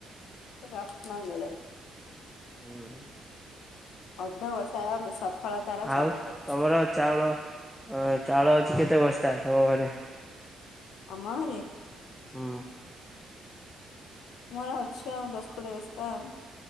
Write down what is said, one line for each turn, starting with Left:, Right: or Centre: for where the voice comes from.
Left: ରତ୍ନ ମିଳେ।
Centre: ହୁଁ।
Left: ଅର୍ଧ ବସାୟା ସଫଳତାର
Centre: ଆଉ
Left: ଚାବିକାଠି।
Centre: ତମର ଚାଉଳ ଅ ଚାଉଳ ଅଛି କେତେ ବସ୍ତା ତମ ଘରେ?
Left: ଆମ ଘରେ?
Centre: ହୁଁ।
Left: ମୋର ଅଛି ଆଉ ଦସ୍ କୋଡିଏ ବସ୍ତା ଆଉ।